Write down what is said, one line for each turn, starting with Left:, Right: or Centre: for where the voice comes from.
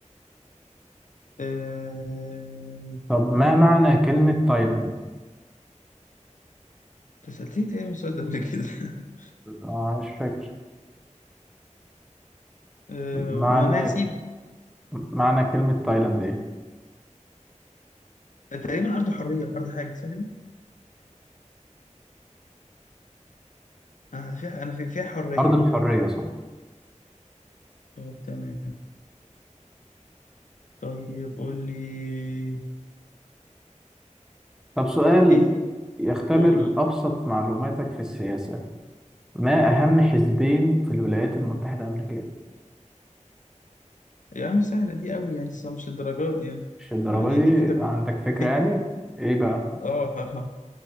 Left: أه...
Centre: طب ما معنى كلمة تايلاند؟
Left: أنت سألتني تاني من السؤال ده قبل كده <laughs>
Centre: آه، مش فاكر
Left: أه...
Centre: معنى
Left: وناسيب
Centre: معنى كلمة تايلاند ايه؟
Left: تقريبا أرض حرية أرض حاجة صح كده؟ أنا فيها أنا في- فيها حرية
Centre: أرض الحرية صح
Left: طب تمام طيب قول لي
Centre: طب سؤال
Left: إيه
Centre: يختبر
Left: قول قول
Centre: أبسط معلوماتك في السياسة ما أهم حزبين في الولايات المتحدة الأمريكية؟
Left: يا عم سهلة دي أوي يعني بس مش للدرجات دي يعني
Centre: مش الدرجة
Left: يعني
Centre: دي
Left: أنت كده
Centre: عندك
Left: بتحل
Centre: فكرة يعني؟
Left: <laughs>
Centre: ايه بقى؟
Left: آه آه. آه.